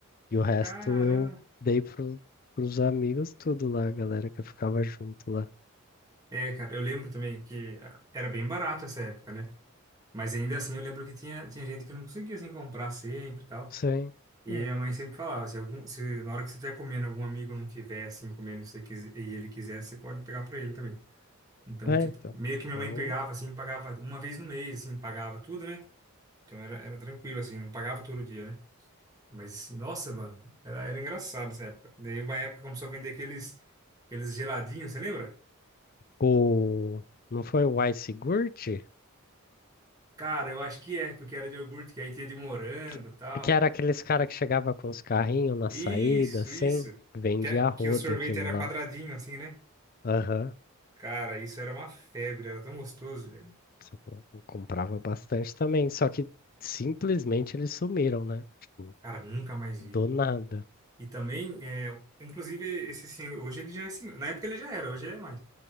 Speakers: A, on the left; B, on the right.
A: E o resto
B: Caramba.
A: eu dei pro, pros amigos tudo lá, a galera que eu ficava junto lá.
B: É, cara, eu lembro também que era bem barato essa época, né? Mas ainda assim eu lembro que tinha, tinha gente que não conseguia, assim, comprar sempre e tal.
A: Sim.
B: E
A: Ué,
B: aí a mãe sempre falava, se, algum, se na hora que você estiver comendo, algum amigo não tiver assim comendo e você quis- e ele quiser, você pode pegar pra ele também. Então,
A: É,
B: tipo,
A: então.
B: meio que minha
A: Eu...
B: mãe pegava assim, pagava uma vez no mês, assim, pagava tudo, né? Então era, era tranquilo, assim, não pagava todo dia, né? Mas, assim, nossa, mano, era, era engraçado essa época. Daí uma época começou a vender aqueles, aqueles geladinhos, você lembra?
A: O... Não foi o Ice Gurt?
B: Cara, eu acho que é, porque era de iogurte, que aí tinha de morango
A: Que,
B: e tal.
A: que era aqueles cara que chegava com os carrinhos na
B: Isso,
A: saída, assim.
B: isso.
A: Vendia
B: Que, é,
A: a rodo
B: que o sorvete
A: aquilo
B: era
A: lá.
B: quadradinho, assim, né?
A: Aham.
B: Cara, isso era uma febre, era tão gostoso, velho.
A: Só que Eu eu comprava bastante também. Só que simplesmente eles sumiram, né? Tipo,
B: Cara, nunca mais
A: do
B: vi.
A: nada.
B: E também, é, inclusive, esse senhor, hoje ele já é senhor. Na época ele já era, hoje ele é mais.